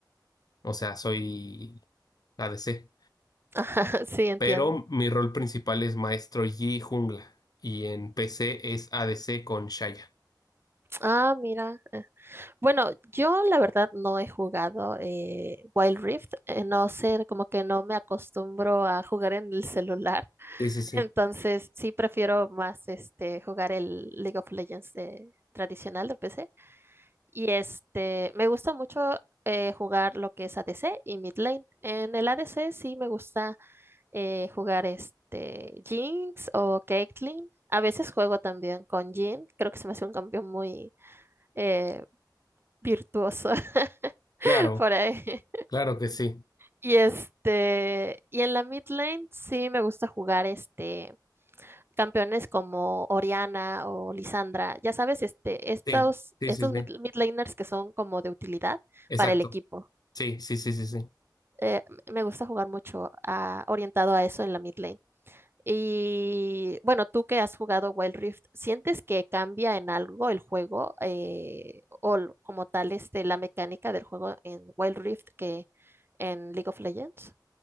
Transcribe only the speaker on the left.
O sea, soy ADC.
Pero mi rol principal es maestro Yi jungla. Y en PC es ADC con Shaya.
Sí, sí, sí.
Claro,
claro que sí.
Sí, sí,
sí, sí.
Exacto.
Sí, sí, sí, sí, sí.